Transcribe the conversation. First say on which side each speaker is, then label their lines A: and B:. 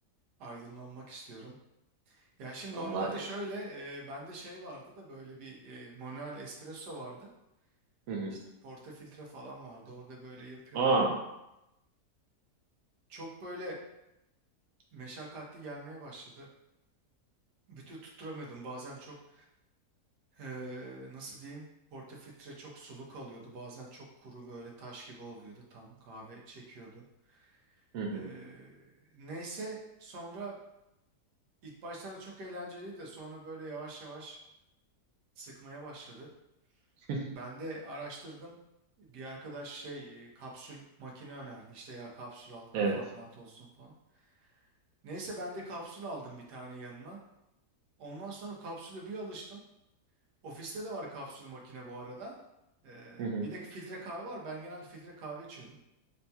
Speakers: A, on the right; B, on the right.
A: aydınlanmak istiyorum. Ya şimdi
B: Vallahi.
A: normalde şöyle
B: e,
A: e, bende şey vardı da böyle bir e, manuel espresso vardı.
B: Hı hı.
A: İşte portafiltre falan vardı orada böyle yapıyordum.
B: Aa.
A: Çok böyle meşakkatli gelmeye başladı. Bütün tutturamıyordum bazen çok Ee, nasıl diyeyim? Portafiltre çok sulu kalıyordu. Bazen çok kuru böyle taş gibi oluyordu. Tam kahve çekiyordu.
B: Hı hı.
A: Ee, neyse sonra ilk başlarda çok eğlenceliydi de sonra böyle yavaş yavaş sıkmaya başladı.
B: <laughs>
A: Ben de araştırdım. Bir arkadaş şey e, kapsül makine önerdi. İşte ya kapsül al kafan
B: Evet.
A: rahat olsun falan. Neyse ben de kapsül aldım bir tane yanına. Ondan sonra kapsüle bir alıştım. Ofiste de var kapsül makine bu arada. Ee,
B: Hı hı.
A: bir de filtre kahve var. Ben genelde filtre kahve içiyordum.